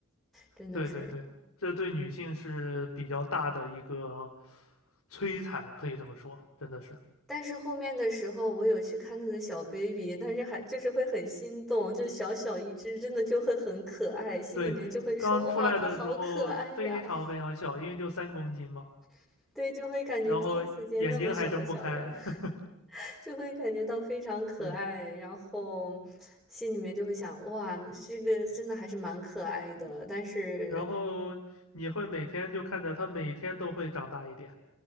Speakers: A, in the centre; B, on the left (about 75°).
A: 真的是。
B: 对对对，这对女性是比较大的一个摧残，可以这么说，真的是。
A: 但是后面的时候，我有去看他的小 baby，但是还就是会很心动，就小小一只，真的就会很可爱，心里面就会说：
B: 对，刚出来的时候非常非常小，
A: “哇，他好可爱呀！”
B: 因为就三公斤嘛。
A: <laughs> 对，就会感觉第一次见那么小的小人，
B: 然后眼睛还睁不开，<laughs>
A: <laughs> 就会感觉到非常可爱，
B: 对，
A: 然后心里面就会想：“哇，这个真的还是蛮可爱的。”但是，
B: 然后你会每天就看着它每天都会长大一点，